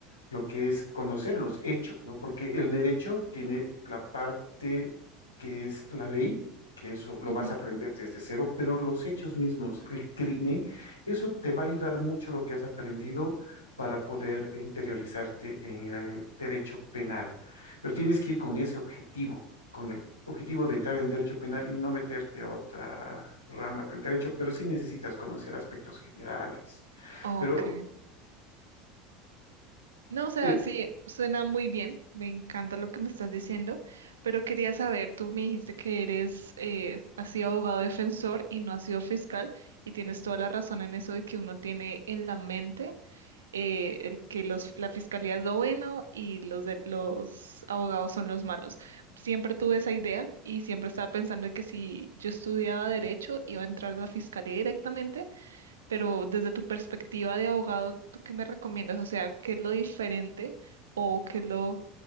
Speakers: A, on the left (about 90°); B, on the right (about 75°).
A: lo que es conocer los hechos, ¿no? Porque el derecho tiene la parte que es la ley, que eso lo
B: Ujú.
A: vas a aprender desde cero, pero los hechos mismos, el crimen, eso te va a ayudar mucho lo que has aprendido para poder interiorizarte en el derecho penal. Pero tienes que ir con ese objetivo, con el objetivo de entrar en derecho penal y no meterte a otra rama del derecho, pero sí necesitas conocer aspectos generales.
B: Ok.
A: Pero
B: No, o sea,
A: eh,
B: sí, suena muy bien, me encanta lo que me estás diciendo, pero quería saber, tú me dijiste que eres, eh, has sido abogado defensor y no has sido fiscal, y tienes toda la razón en eso de que uno tiene en la mente eh, el que los, la fiscalía es lo bueno y los, de, los abogados son los malos. Siempre tuve esa idea y siempre estaba pensando que si yo estudiaba derecho iba a entrar a la fiscalía directamente, pero desde tu perspectiva de abogado, ¿tú qué me recomiendas? O sea, ¿qué es lo diferente o qué es lo...